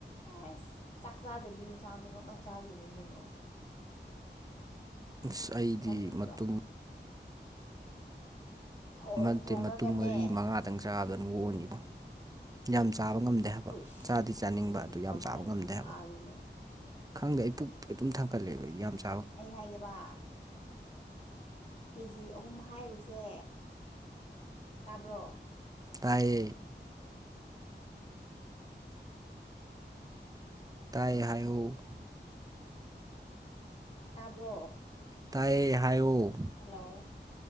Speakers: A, on the left; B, on the right.
A: ꯑꯦꯁ ꯆꯥꯛ ꯆꯥꯗꯕꯤ ꯏꯟꯁꯥꯡꯗꯨ ꯈꯛꯇꯪ ꯆꯥꯗꯣꯏꯅꯤ ꯀꯩꯅꯣ
B: ꯑꯁ ꯑꯩꯗꯤ
A: ꯆꯥꯅꯤꯡꯗ꯭ꯔꯣ
B: ꯃꯇꯨꯝ
A: ꯊꯣꯡ
B: ꯅꯠꯇꯦ
A: ꯊꯣꯡꯉꯒꯅꯦ
B: ꯃꯇꯨꯝ ꯃꯔꯤ ꯃꯉꯥ ꯈꯤꯛꯇꯪ ꯆꯥꯕꯗ ꯑꯗꯨꯝ ꯑꯣꯛꯑꯅꯤꯕꯨ ꯌꯥꯝ ꯆꯥꯕ ꯉꯝꯗꯦ ꯍꯥꯏꯕ
A: ꯎꯁ
B: ꯆꯥꯗꯤ ꯆꯥꯅꯤꯡꯕ ꯑꯗꯨ ꯌꯥꯝ
A: ꯀꯃꯥꯏꯅ
B: ꯆꯥꯕ ꯉꯝꯗꯦ
A: ꯆꯥꯗꯣꯏꯅꯣ
B: ꯍꯥꯏꯕ ꯈꯪꯗꯦ ꯑꯩ ꯄꯨꯛ ꯑꯗꯨꯝ ꯊꯟꯀꯠꯂꯦꯕ ꯑꯩꯗꯤ ꯌꯥꯝ ꯆꯥ
A: ꯑꯩ ꯍꯥꯏꯒꯦꯕ ꯀꯦ ꯖꯤ ꯑꯍꯨꯝ ꯍꯥꯏꯔꯤꯁꯦ ꯇꯥꯕ꯭ꯔꯣ
B: ꯇꯥꯌ‌ꯦ ꯇꯥꯏ ꯍꯥꯏꯌ‌ꯣ
A: ꯇꯥꯕ꯭ꯔꯣ
B: ꯇꯥꯏꯌꯦ ꯍꯥꯏꯌ‌ꯣ
A: ꯍꯜꯂꯣ